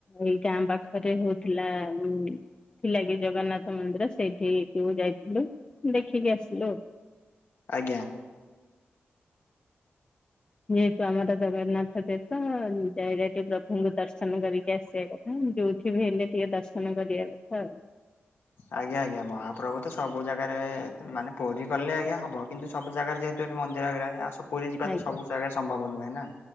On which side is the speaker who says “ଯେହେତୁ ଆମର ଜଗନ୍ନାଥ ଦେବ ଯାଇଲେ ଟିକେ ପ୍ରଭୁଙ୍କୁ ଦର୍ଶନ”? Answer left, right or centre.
Left